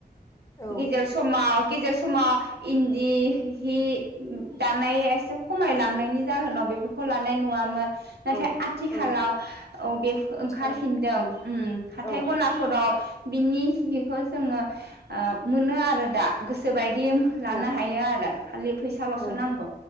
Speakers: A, on the left; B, on the right.
A: औ
B: गेजेर समाव गेजेर सम मा इन्दि हि दानाय एसे खमायलांनायनि जाहोनाव बेफोरखौ लानाय नुवामोन। नाथाय
A: औ
B: आथिखालाव
A: औ
B: आव बे
A: आथिखालाव
B: ओंखारफिनदों उम हाथाय
A: औ
B: गलाफोराव बिनि बिखौ जोंङो ओ मोनो आरो दा गोसोबायद जिम लानो
A: औ
B: हायो आरो खालि फैसालसो
A: औ
B: नांगौ।